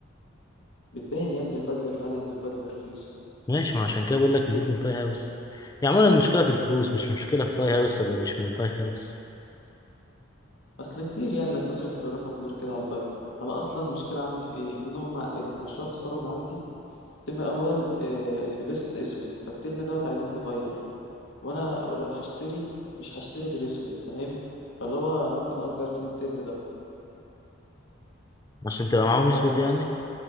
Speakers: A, on the left; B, on the left.
A: بتبان يا ابني البدلة الغالية من البدلة الرخيصة
B: ماشي ما عشان كده بقول لك نجيب من طاي هاوس يعني عموما المشكلة في الفلوس مش مشكلة في طاي هاوس ولا مش من طاي هاوس
A: أصل كتير يعني إنك تصرف في رقم كبير كده على البدلة أنا أصلا المشكلة عندي في إيه إن أنا هما اللي مشروع التخرج عندي الترم الأول آه لبست أسود فالترم دوت عايزين نغير وأنا لو هشتري مش هشتري غير أسود فاهم فاللي هو ممكن أجر تاني الترم ده
B: عشان تبقى معاهم اسود
A: أو يا إما
B: يعني
A: أشت...